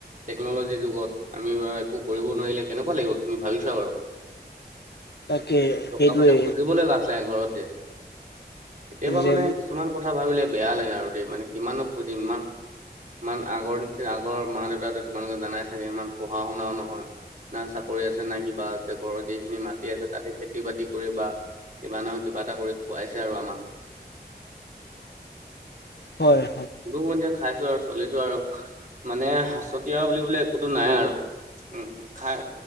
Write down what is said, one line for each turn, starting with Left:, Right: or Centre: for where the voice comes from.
Right: টেকন'লজিৰ যুগত আমি বা একো কৰিব নোৱাৰিলে কেনেকুৱা লাগিব তুমি ভাবি চোৱা বাৰু।
Left: তাকে
Right: টকা
Left: সেইটোৱে
Right: পইচা খুজিবলে লাজ লাগে ঘৰত যে। কেতিয়াবা
Left: যে
Right: মানে কিছুমান কথা ভাবিলে বেয়া লাগে আৰু দেই, মানে কিমানো খুজিম ইমান ইমান আগৰ নিচিনা আগৰ মাঁ, দেউতাহঁতে তোমালোকে জানাই চাগে ইমান পঢ়া শুনাও নহয়। না চাকৰি আছে না কিবা আছে ঘৰত যিখিনি মাটি আছে তাতে খেতি বাতি কৰি বা কিবা নহয় কিবা এটা কৰি খুৱাইছে আৰু আমাক।
Left: হয়।
Right: কোনোমধ্যে খাইছো আৰু চলিছো আৰু মানে সাঁচতীয়া বুলিবলে একোতো নাই আৰু। উম, খাই